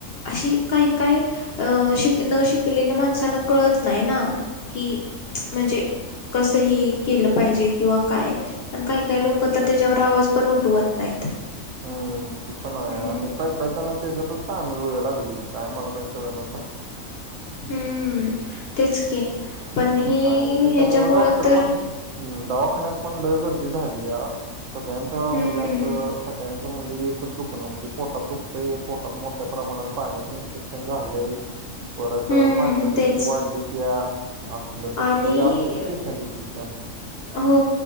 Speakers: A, on the left; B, on the right.
A: अशी काय काय, अ शिक न शिकलेले माणस त्यांना कळत नाही ना, की म्हणजे कसं ही केलं पाहिजे किंवा काय? आणि काही काही लोकं तर त्याच्यावर आवाज पण उठवत नाहीत.
B: हम्म, ती पण आहे
A: हम्म.
B: आणि काय काही काही ना त्याच्यातच सामील व्हायला लागलीत, काय मला काही कळनाच झालंय.
A: हम्म, तेच की. पण हे
B: आणि त्याच्यामुळं
A: ह्याच्यामुळं
B: डॉक्टर
A: तर
B: पण दवाखान्यात पण लय गर्दी झालीया, सगळ्यांचं
A: हम्म
B: म्हणजे असं सगळ्यांचं म्हणजे एकच दुखणं, की पोटात दुखतंय पोटात मोठ्या प्रमाणात पाण्याचं इन्फेक्शन झालंय. परत अ
A: हम्म
B: पांढऱ्या पिशी
A: तेच
B: वाढलीत्या. म्हटलं तसली
A: आणि
B: असलीच पेशंट येतीत आणखी.
A: हो